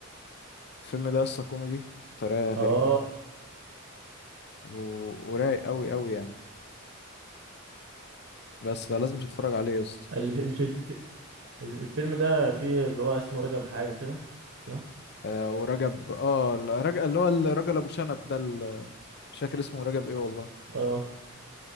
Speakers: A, on the left; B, on the right.
A: الفيلم ده يس كوميدي بطريقة غريبة
B: اه
A: و... ورايق قوي قوي يعني بس فلازم تتفرج عليه يا اسطى
B: الف... مش الف... الف- الفيلم ده فيه اللي هو اسمه رجب حاجة كده صح؟
A: آه ورجب اه الرجل اللي هو الراجل ابو شنب ده ال- مش فاكر اسمه رجب ايه والله
B: اه